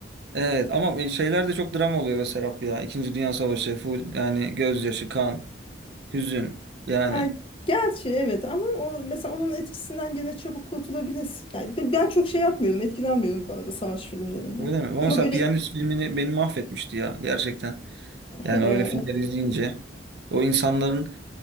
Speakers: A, on the right; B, on the left.
A: Evet ama e, şeyler de çok drama oluyor be Serap ya. İkinci Dünya Savaşı full yani gözyaşı, kan, hüzün yani.
B: Ay, gerçi evet ama o mesela onun etkisinden gene çabuk kurtulabilirsin. Yani ben, ben çok şey yapmıyorum, etkilenmiyorum bu arada savaş filmlerinden.
A: Öyle mi? Ama
B: Ama
A: mesela
B: böyle
A: Piyanist filmini beni mahvetmişti ya gerçekten. Yani
B: eee,
A: öyle filmler izleyince o insanların